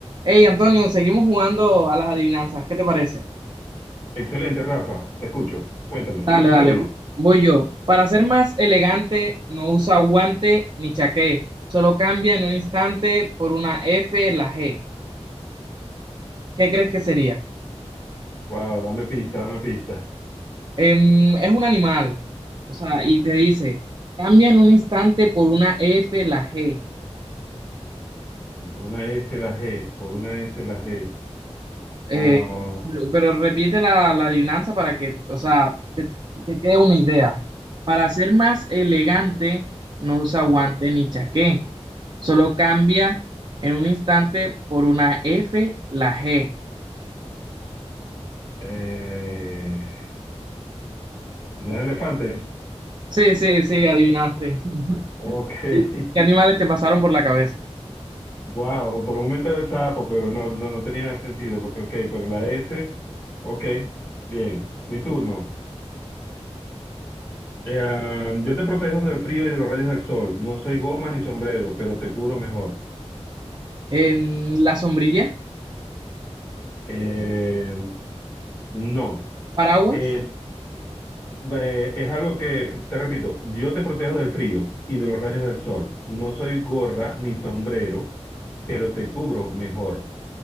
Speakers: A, on the right; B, on the left.
A: Hey, Antonio, seguimos jugando a las adivinanzas. ¿Qué te parece?
B: Excelente, Rafa, te escucho. Cuéntame,
A: Dale,
B: ¿es tu
A: dale,
B: turno?
A: voy yo. Para ser más elegante, no usa guante ni chaqué. Solo cambia en un instante por una F la G. ¿Qué crees que sería?
B: Wow, dame pista, dame pista.
A: Em, es un animal. O sea, y te dice, cambia en un instante por una F la G.
B: Por una S la G, por una S la G.
A: Eh,
B: Ah,
A: pero, pero repite la, la adivinanza para que, o sea, te, te quede una idea. Para ser más elegante, no usa guante
B: ah,
A: ni chaqué. Solo cambia en un instante por una F la G.
B: eh, ¿no es elefante?
A: Sí, sí, sí, adivinaste. <laughs>
B: Ok. <laughs>
A: ¿Y ¿Qué animales te pasaron por la cabeza?
B: Wow, por un momento era el sapo, pero no, no, no tenía sentido, porque ok, pero la S, ok, bien, mi turno. Eh, yo te protejo del frío y de los rayos del sol. No soy goma ni sombrero, pero te curo mejor.
A: En la sombrilla,
B: Eh, no.
A: paraguas,
B: Eh, Eh, es algo que, te repito, yo te protejo del frío y de los rayos del sol. No soy gorra ni sombrero, pero te cubro mejor.